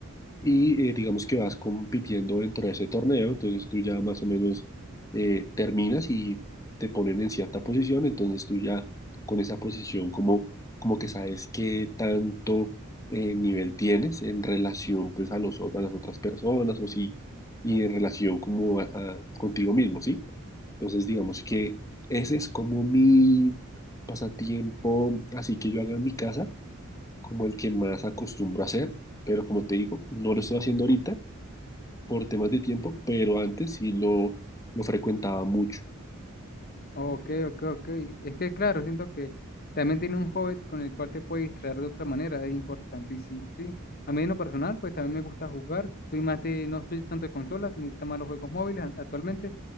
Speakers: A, on the left (about 15°); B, on the left (about 45°).
A: y eh, digamos que vas compitiendo dentro de ese torneo, entonces tú ya más o menos eh, terminas y te ponen en cierta posición, entonces tú ya con esa posición como, como que sabes qué tanto eh, nivel tienes en relación pues a los, ot- a las otras personas o sí, y en relación como a- a- contigo mismo, ¿sí? Entonces digamos que ese es como mi pasatiempo, así que yo haga en mi casa como el que más acostumbro a hacer, pero como te digo, no lo estoy haciendo ahorita por temas de tiempo, pero antes sí lo, lo frecuentaba mucho.
B: Ok, ok, ok. Es que, claro, siento que también tiene un hobby con el cual te puedes distraer de otra manera, es importantísimo, sí. A mí en lo personal, pues también me gusta jugar. Soy más de, no soy tanto de consolas, me gustan más los juegos móviles a- actualmente.